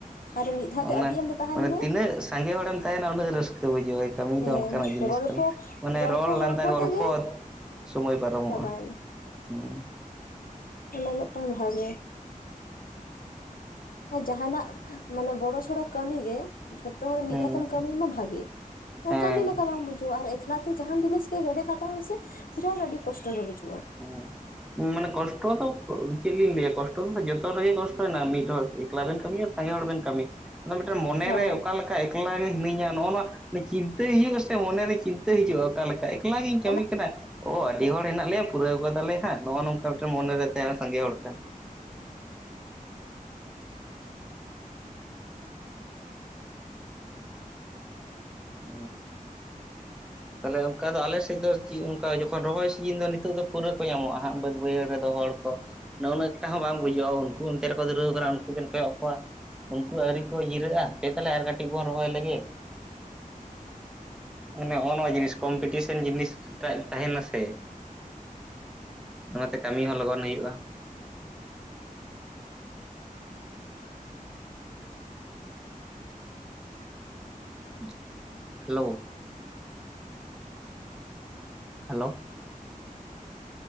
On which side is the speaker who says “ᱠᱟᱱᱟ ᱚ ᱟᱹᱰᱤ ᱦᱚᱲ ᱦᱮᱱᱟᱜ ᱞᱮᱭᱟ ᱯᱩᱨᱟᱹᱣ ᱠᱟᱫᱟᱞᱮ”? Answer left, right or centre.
Centre